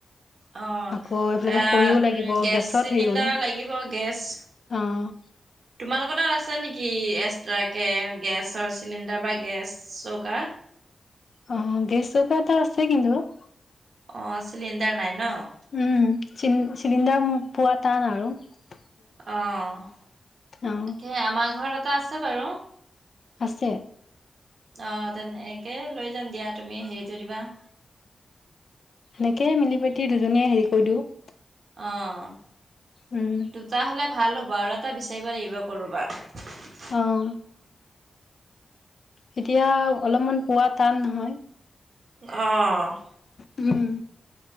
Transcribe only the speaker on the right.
অঁ!
এ
গেছ
চিলিণ্ডাৰ
লাগিব গেছ <inaudible>
তোমালোকৰ তাত আছে নেকি এক্সট্ৰাকে গেছৰ চিলিণ্ডাৰ বা গেছ চৌকা? <unintelligible>
অঁ! চিলিণ্ডাৰ নাই ন? <inaudible>
অঁ!
তাকেহে আমাৰ ঘৰত এটা আছে বাৰু। <inaudible>
অঁ! তেনেকে লৈ যাম দিয়া তুমি হেৰিতো দিবা <inaudible>
অঁ! <unintelligible>
দুটা হ'লে ভাল হ'ব আৰু এটা বিচাৰিব লাগিব কৰোবাত। <inaudible>
অঁ! <inaudible>